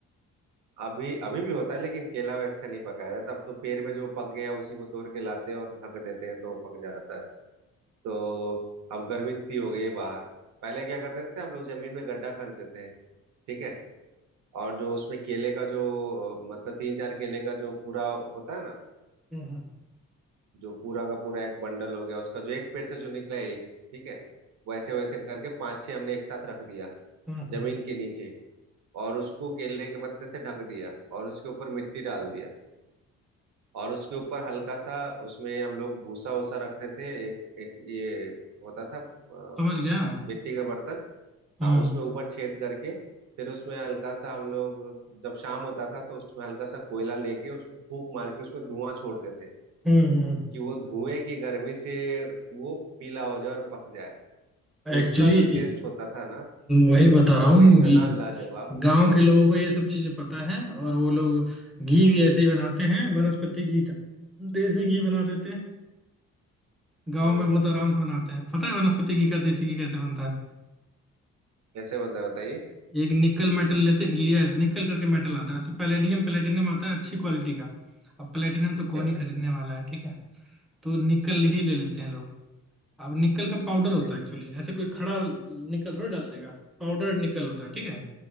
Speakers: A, on the right (about 70°); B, in the centre.
A: अभी अभी भी होता है लेकिन केला वैसे नहीं पकाया जाता अब तो पेड़ में जो पक गया उसी को तोड़ के लाते हैं और ढक देते हैं तो वो पक जाता है तो अब गर्मी इतनी हो गई है बाहर पहले क्या करते थे हम लोग जमीन में गड्ढा खन देते हैं ठीक है और जो उसमें केले का जो अ, मतलब तीन चार केले का जो पूरा होता है ना
B: हम्म,
A: जो पूरा का पूरा एक बंडल हो गया उसका जो एक पेड़ से जो निकला है एक ठीक है वैसे वैसे करके पांच छह हमने एक साथ रख दिया
B: हम्म, हम्म।
A: जमीन के नीचे और उसको केले के पत्ते से ढक दिया और उसके ऊपर मिट्टी डाल दिया और उसके ऊपर हल्का सा उसमें हम लोग भूसा वूसा रखते थे एक एक ये होता था अ,
B: समझ गया
A: मिट्टी का बर्तन
B: हम्म
A: हाँ उसमें ऊपर छेद करके फिर उसमें हल्का सा हम लोग जब शाम होता था तो उसमें हल्का सा कोयला लेके उसको फूक मार के उसमें धुआं छोड़ते थे
B: हम्म
A: कि वो धुएं की गर्मी से वो पीला हो जाए और पक जाए
B: एक्चुअली
A: उसका जो टेस्ट होता था ना
B: वही बता
A: वो
B: रहा हूँ
A: इतना लाजवाब
B: गांव
A: मत
B: के लोगों
A: पूछो
B: को ये सब चीजें पता है और वो लोग घी भी ऐसे ही बनाते हैं वनस्पति घी का देसी घी बना देते हैं गांव
A: हम्म
B: में बहुत आराम से बनाते हैं पता है वनस्पति घी का देसी घी कैसे बनता है
A: कैसे बनता है बताइए
B: एक निकल मेटल लेते लिया है निकल करके मेटल आता है अच्छा पैलेडियम प्लेटिनम आता है अच्छी क्वालिटी का अब प्लेटिनम तो
A: अच्छा
B: कौन
A: अच्छा
B: ही खरीदने
A: अच्छा
B: वाला है ठीक है तो निकल ही ले लेते हैं लोग अब निकल का पाउडर होता
A: ठीक
B: है एक्चुअली
A: है
B: ऐसे कोई खड़ा निकल थोड़ी डाल देगा पाउडर निकल होता है ठीक है